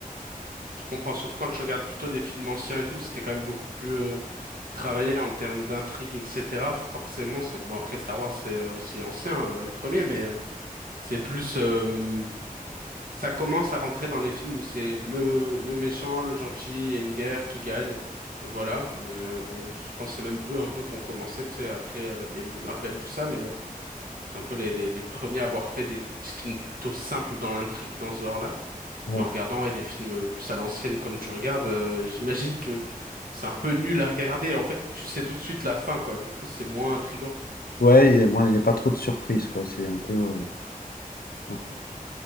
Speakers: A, on the right; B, on the left.
A: Je comprends, surtout quand je regarde plutôt des films anciens et tout, c'était quand même beaucoup plus euh, travaillé en termes d'intrigue, etc. Forcément, c'est bon après Star Wars c'est aussi ancien euh, les premiers, mais euh, c'est plus euh, ça commence à rentrer dans les films où c'est le le méchant, le gentil, il y a une guerre qui gagne et voilà. Mais euh, je pense que c'est même eux un peu qui ont commencé, tu sais. Après euh, il y a eu les Marvel tout ça, mais euh, c'est un peu les, les les premiers à avoir fait des films plutôt simples dans l'intrigue dans ce genre-là.
B: Ouais,
A: Mais en regardant ouais, des films euh, plus à l'ancienne comme tu regardes, euh, <laughs> j'imagine que c'est un peu nul à regarder. En fait, tu sais tout de suite la fin, quoi. Du coup, c'est moins intriguant.
B: Ouais, il y a, moi, il n'y a pas trop de surprises, quoi. C'est un peu. euh, enfin.